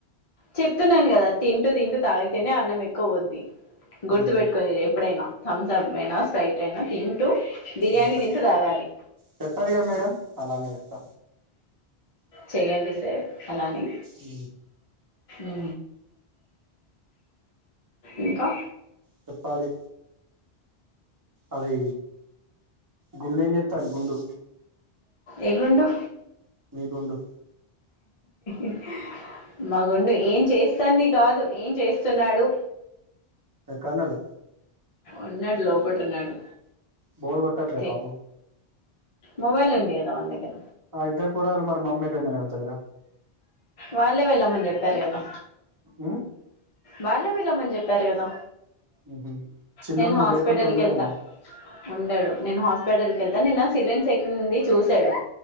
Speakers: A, on the left; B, on the right.
A: చెప్తున్నాను కదా తింటూ తింటూ తాగితేనే అన్నం ఎక్కువ పొద్ది గుర్తు
B: ఉహు
A: పెట్టుకో ఎప్పుడైనా థంసప్ అయినా స్ప్రైట్ అయినా తింటూ బిర్యానీ
B: ఓకే
A: తింటూ తాగాలి
B: చెప్పారుగా మేడం అలానే ఇస్తా
A: చెయండి సార్ అలాఅని
B: ఊ
A: ఉ ఇంకా
B: చెప్పాలి అది గుండెం చెత్తాడి గుండు
A: ఎ గుండు
B: గుండు
A: <inaudible> మా గుండు ఏం చేస్తాంది కాదు ఏం చేస్తున్నాడు
B: కన్నడు
A: ఉన్నాడు లోపట ఉన్నాడు
B: బోర్ కొట్టట్లే
A: తె
B: పాపం
A: మొబైల్ ఉంది కదా మన దగ్గర
B: ఆ ఇద్దరు పొరగాల్ మరి మమ్మేట్ పోయింది అని అడుగుతారు కదా
A: వాళ్ళే వెళ్ళమని చెప్పారు కదా
B: ఉ
A: వాళ్ళే వేళ్ళమని చెప్పారు కదా
B: ఉహు చిన్నోడు
A: నేను
B: నువ్వు
A: హాస్పిటల్
B: లేకుంటే ఉండడేమో
A: కి వెళ్తా ఉండడు నేను హాస్పిటల్ కెళ్తే నిన్న సిలిం సెకిన్ ఉంది చూసాడు